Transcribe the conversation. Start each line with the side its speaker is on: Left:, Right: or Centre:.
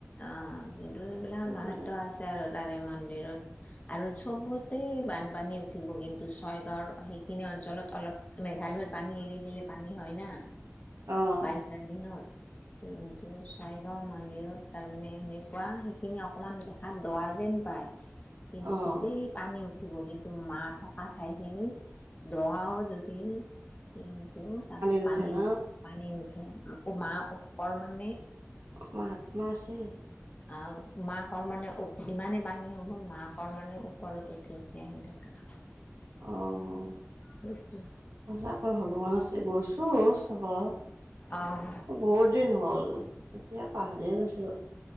Left: আহ কিন্তু এইবিলাক
Right: সেইটো
Left: মাহাত্ম্য
Right: বেলেগ।
Left: আছে আৰু তাৰে মন্দিৰত। আৰু চবতে বানপানী উঠিব কিন্তু ছয়গাঁৱৰ সেইখিনি অঞ্চলত অলপ মেঘালয়ত পানী এৰি দিলে পানী হয় না।
Right: অ',
Left: বাৰিষাৰ দিনত, কিন্তু ছয়গাওঁ মন্দিৰত তাৰমানে সেনেকুৱা সেইখিনি অকমান দেখাত দঁহ যেন পায় কিন্তু
Right: অ',
Left: গোটেই পানী উঠিব কিন্তু মাঁ থকা ঠাইখিনিত দঁহও যদি কিন্তু তাত
Right: নুঠে
Left: পানী
Right: ন?
Left: পানী নুঠে আকৌ মাঁ ওপৰ মানে
Right: মাহাত্মা আছে।
Left: আ মাকৰ মানে যিমানেই পানী হ'ব মাকৰ মানে ওপৰত উঠি উঠি আহি থাকে।
Right: অঁ।
Left: সেইটোৱে।
Right: ই আকৌ ভগৱান আছে গৈছো চবে
Left: অঁ
Right: বহুত দিন হ'ল এতিয়া পাহৰিয়ে গৈছো।